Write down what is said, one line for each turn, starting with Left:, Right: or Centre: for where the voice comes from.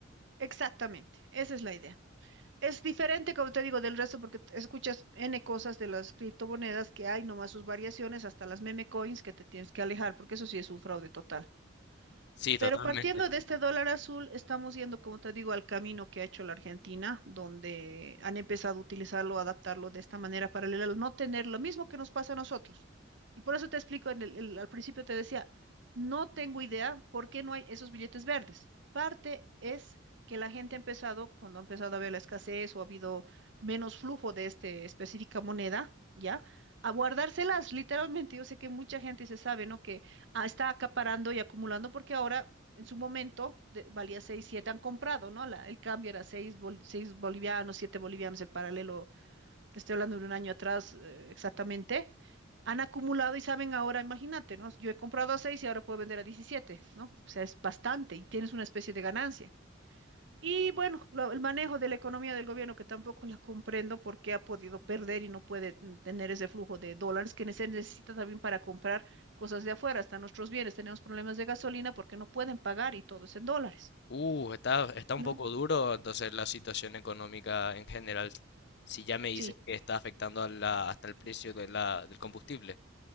Right: Exactamente. Esa es la idea. Es diferente, como te digo, del resto porque t- escuchas N cosas de las criptomonedas que hay, nomás sus variaciones, hasta las meme coins que te tienes que alejar, porque eso sí es un fraude total.
Left: Sí, totalmente.
Right: Pero partiendo de este dólar azul, estamos yendo, como te digo, al camino que ha hecho la Argentina, donde han empezado a utilizarlo, a adaptarlo de esta manera paralela, al no tener lo mismo que nos pasa a nosotros. Y por eso te explico, en el- el- al principio te decía, no tengo idea por qué no hay esos billetes verdes. Parte es que la gente ha empezado, cuando ha empezado a haber la escasez o ha habido menos flujo de esta específica moneda, ¿ya? A guardárselas, literalmente. Yo sé que mucha gente se sabe, ¿no? Que ah, está acaparando y acumulando porque ahora en su momento de- valía seis siete han comprado, ¿no? La- el cambio era seis bol- seis bolivianos, 7 bolivianos, el paralelo, te estoy hablando de un año atrás eh, exactamente, han acumulado y saben ahora, imagínate, ¿no? Yo he comprado a 6 y ahora puedo vender a 17, ¿no? O sea, es bastante y tienes una especie de ganancia. Y bueno, lo- el manejo de la economía del gobierno, que tampoco la comprendo porque ha podido perder y no puede mm, tener ese flujo de dólares que se necesita también para comprar cosas de afuera, hasta nuestros bienes. Tenemos problemas de gasolina porque no pueden pagar y todo es en dólares.
Left: Uh, está, está un
Right: ¿no?
Left: poco duro entonces la situación económica en general. Si ya me dices
Right: Sí.
Left: que está afectando a la, hasta el precio de la, del combustible.